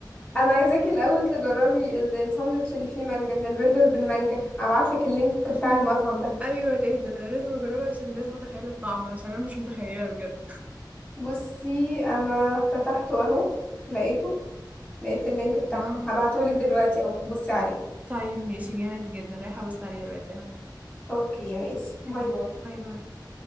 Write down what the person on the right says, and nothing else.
ل-
ايوه لازم انا لازم اجربها عشان لازم اتخيل الطعم عشان انا مش متخيلة بجد
اه
طيب ماشي جامد جدا رايحة ابص عليه دلوقتي اهو
اوكي
باي باي